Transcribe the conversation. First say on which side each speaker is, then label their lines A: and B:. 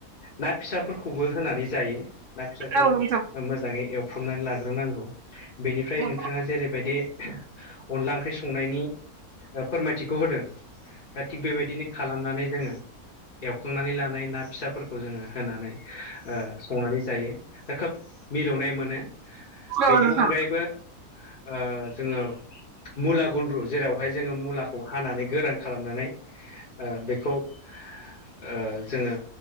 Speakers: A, on the left (about 40°); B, on the right (about 65°).
A: ना फिसाफोरखौबो होनानै जायो ना फिसा खौ
B: औ नोंथां
A: मोजाङै एवफ्रामनानै लाग्रोनांगौ। बेनिफ्राय
B: औ
A: नोंथाङा जेरैबायदि अनला ओंख्रि संनायनि फोरमायथिखौ होदों दा थिग बेबायदिनो खालामनानै जोङो एवखांनानै लानाय ना फिसाफोरखौ जोङो होनानै ओ संनानै जायो दा खोब मिलौनाय मोनो बेनि
B: औ नोंथां
A: अनगायैबो बो ओ जोङो मुला गुन्द्रु जेरावहाय जोङो मुलाखौ हानानै गोरान खालामनानै ओ बेखौ ओ जोङो